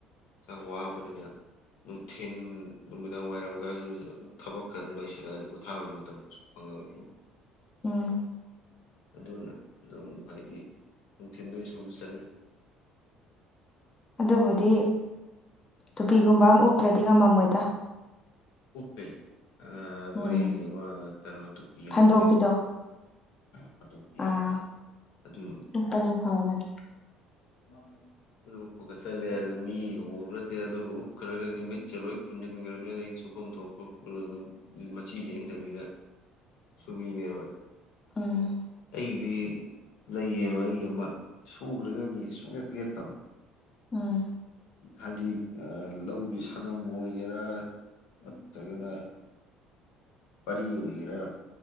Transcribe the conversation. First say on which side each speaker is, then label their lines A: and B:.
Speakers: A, on the left (about 80°); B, on the left (about 25°).
A: ꯍꯛꯆꯥꯡ ꯋꯥꯕꯅꯤꯅ ꯅꯨꯡꯊꯤꯟ ꯅꯨꯃꯤꯗꯥꯡ ꯋꯥꯏꯔꯝꯒꯁꯨ ꯑꯗꯨꯝ ꯊꯕꯛꯀ ꯑꯗꯨꯝ ꯂꯩꯁꯤꯜꯂꯛꯑꯗꯤ ꯄꯣꯊꯥꯕ ꯃꯇꯝ ꯀꯁꯨ ꯐꯪꯉꯦ
B: ꯎꯝ
A: ꯑꯗꯨꯅ ꯑꯗꯨꯝ ꯍꯥꯏꯗꯤ ꯊꯗ ꯁꯨꯕꯁꯂ
B: ꯑꯗꯨꯕꯨꯗꯤ ꯇꯨꯄꯤꯒꯨꯝꯕ ꯑꯃ ꯎꯞꯇ꯭ꯔꯗꯤ ꯉꯝꯃꯝꯃꯣꯏꯗ
A: ꯎꯄꯦ ꯑ
B: ꯎꯝ
A: ꯃꯔꯤꯒꯤ ꯑꯃ ꯀꯩꯅꯣ ꯇ ꯄꯤꯦꯝ
B: ꯐꯟꯗꯣꯛꯄꯤꯗꯣ
A: ꯎꯄꯦ ꯐꯥꯊꯣꯛꯄꯤꯑꯕ
B: ꯑꯥ
A: ꯑꯗꯨꯔ
B: ꯎꯞꯄꯅ ꯐꯕꯅꯤ
A: ꯃꯥ <inaudible> ꯑꯗꯨ ꯎꯞꯄ ꯈꯠ ꯆꯜꯂꯦ ꯑꯗꯨ ꯃꯤꯒ ꯎꯕ ꯅꯠꯇꯦ ꯑꯗꯨꯒ ꯎꯞꯈ꯭ꯔꯒꯗꯤ ꯃꯤꯠꯁꯦ ꯂꯣꯏ ꯈꯣꯨꯝꯖꯤꯟꯈ꯭ꯔꯕꯅꯤꯅ ꯑꯩꯁꯨ ꯊꯣꯛꯐꯝ ꯊꯣꯛꯄ ꯑꯗꯨꯝ ꯃꯆꯤ ꯂꯦꯡꯗꯕꯤꯗ ꯁꯨꯕꯤꯅꯦꯕ
B: ꯑ <unintelligible> <inaudible>
A: ꯑꯩꯒꯤꯗꯤ ꯂꯩꯌꯦꯕ ꯑꯩꯒꯤ ꯑꯃ ꯁꯨꯈ꯭ꯔꯒꯗꯤ ꯁꯨꯡꯂꯦ ꯄꯦꯠꯇꯕ
B: ꯎꯝ
A: ꯍꯥꯏꯗꯤ ꯂꯧꯒꯤ ꯁꯪꯒꯝ ꯑꯣꯏꯒꯦꯔꯥ ꯅꯠꯇ꯭ꯔꯒꯅ ꯄꯔꯤ ꯑꯣꯏꯒꯔ